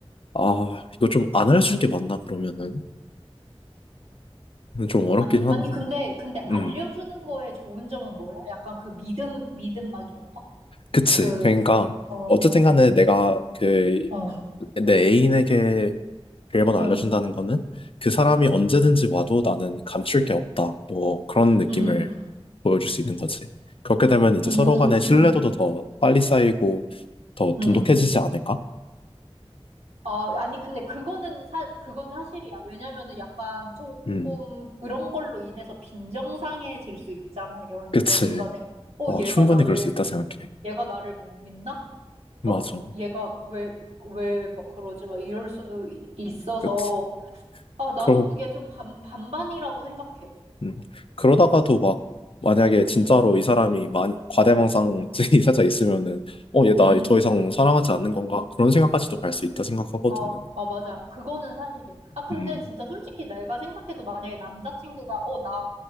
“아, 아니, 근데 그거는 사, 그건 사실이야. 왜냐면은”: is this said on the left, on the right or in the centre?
Right